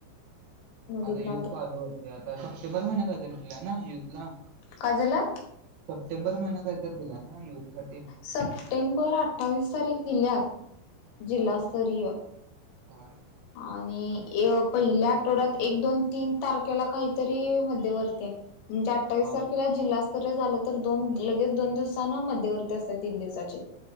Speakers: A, on the left; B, on the right.
A: मग तिथन
B: आता युथ चालू होतय. आता सप्टेंबर महिन्यात येत ना युथ युथला
A: काय झालं
B: सप्टेंबर महिना काहीतरी दिला ना युथसाठी
A: सप्टेंबर अठ्ठावीस तारीख दिल्यात जिल्हास्तरीय
B: हा हा
A: आणि ए पहिल्या आठवड्यात एक दोन तीन तारखेला काहीतरी मध्यवर्ती आहे. म्हणजे अठ्ठावीस
B: हा
A: तारखेला जिल्हास्त सर्व झालं तर दोन लगेच दोन दिवसान मध्यवर्ती असते तीन दिवसाचे.